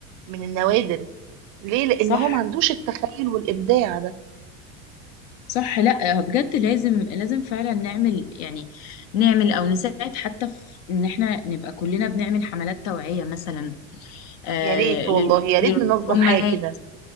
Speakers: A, on the right; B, on the left.
A: من النوادر ليه لان
B: صح
A: هو ما عندوش التخيل والابداع ده
B: صح لا بجد لازم لازم فعلا نعمل يعني نعمل او نساعد حتى في ان احنا نبقى كلنا بنعمل حملات توعية مثلا آه
A: يا ريت والله
B: لل...
A: يا ريت
B: للامهات
A: ننظم حاجه كده